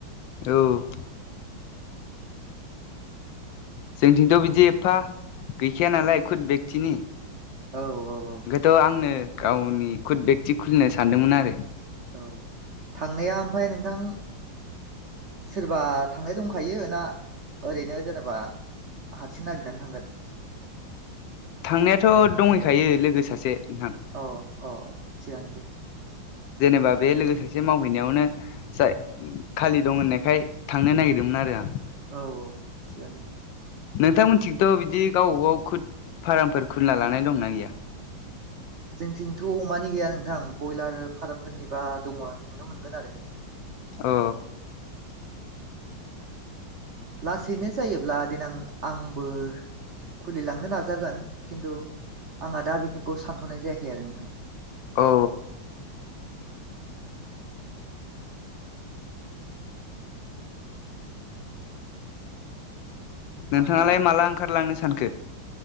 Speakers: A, on the left; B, on the right.
A: औ जोंथिंथ' बिदि एफा गैखाया नालाय खुद बेकतिनि
B: औ औ औ
A: बेखायथ' आंनो गावनि खुद बेकति खुलिनो सानदोंमोन आरो
B: औ थांनाया ओमफाय नोंथां सोरबा थांनाय दंखायो ना ओरैनो जेनेबा हारसिं नागिरनानै थांगोन
A: थांनायाथ' दंहैखायो लोगो सासे नोंथां
B: अ अ अ थिगानो दे
A: जेनेबा बे लोगो सासे मावहैनायावनो जाय खालि दं होननायखाय थांनो नागिरदोंमोन आरो आं
B: औ औ थिगानो
A: नोंथांमोनथिथ' बिदि गावबा गाव खुद फार्मफोर खुलिना लानाय दंना गैया
B: <inaudible> जोंथिंथ' अमानि गैया नोंथां बयलार फार्मफोरनिबा दङ नुनो मोनगोन आरो
A: औ
B: लासैनो जायोब्ला देनां आंबो खुलिलांनो नाजागोन खिन्थु आंहा दा बेफोरखौ सानथ'नाय जायाखै आरो नोंथां
A: औ नोंथाङालाय
B: आंना
A: माला ओंखारलांनो सानखो